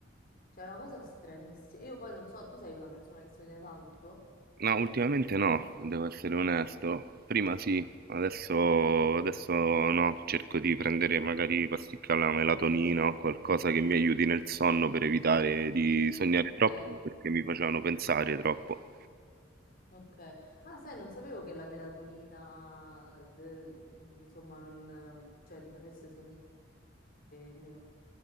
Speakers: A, on the left; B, on the right.
A: Cioè è una cosa stranissima. Io poi non so, tu sei una persona che sogna tanto?
B: No, ultimamente no, devo essere onesto. Prima sì, adesso, adesso no. Cerco di prendere magari pasticche alla melatonina o qualcosa che mi aiuti nel sonno per evitare di sognare
A: Ok.
B: troppo perché mi facevano pensare troppo.
A: Ok. Ah, sai, non sapevo che la melatonina, te- insomma, non, cioè, ti facesse sognare di meno